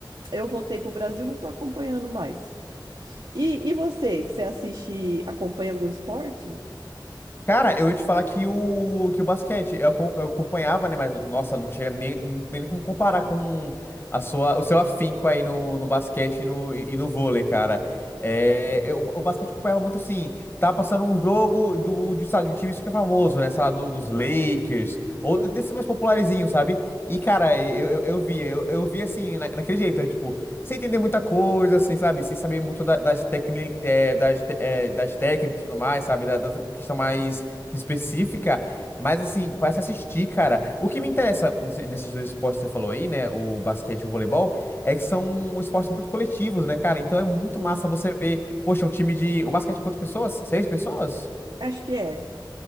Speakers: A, on the right; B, on the left.
A: eu voltei pro Brasil, não tô acompanhando mais. E, e você, você assiste, acompanha algum esporte?
B: Cara, eu ia te falar que o, que o basquete, eu, acom- eu acompanhava, né? Mas, nossa, não tinha nem, não tem nem como comparar com a sua, o seu afinco aí no, no basquete e no, e no vôlei, cara. É, eu- o basquete eu acompanhava muito assim, tava passando um jogo do, de, sabe, de um time super famoso, né? Sei lá, do- dos Lakers, ou
A: Ah,
B: desse mais popularzinho, sabe? E, cara, eu, eu, eu via, eu, eu via assim, na, naquele jeito, né? tipo, sem entender muita coisa, assim, sabe? Sem saber muito da- das, tecni, eh, das, te- eh, das técnicas e tudo mais, sabe? Da, da questão mais específica. Mas, assim, parece assistir, cara. O que me interessa nesse- nesses dois esportes que você falou aí, né? O basquete e o voleibol, é que são esportes muito coletivos, né, cara? Então é muito
A: sim.
B: massa você ver, poxa, um time de. O basquete é quantas pessoas? Seis pessoas?
A: Acho que é.